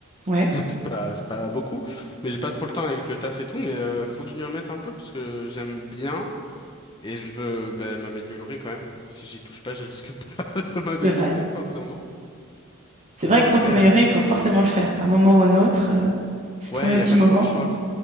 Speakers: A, on the right; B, on the left.
A: Ouais,
B: <laughs> C'est pas, c'est pas beaucoup, mais j'ai pas trop le temps avec le taf et tout. Mais euh, faut que je m'y remette un peu parce que j'aime bien. Et je veux ben, m'améliorer quand même. Et Si j'y touche pas, je risque <laughs> pas de m'améliorer
A: c'est vrai.
B: forcément.
A: C'est
B: Et
A: vrai
B: après,
A: que pour s'améliorer,
B: euh,
A: il faut forcément le faire, à un moment ou un autre. euh, se trouver
B: ouais,
A: un
B: il y
A: petit
B: a pas
A: moment,
B: trop le choix.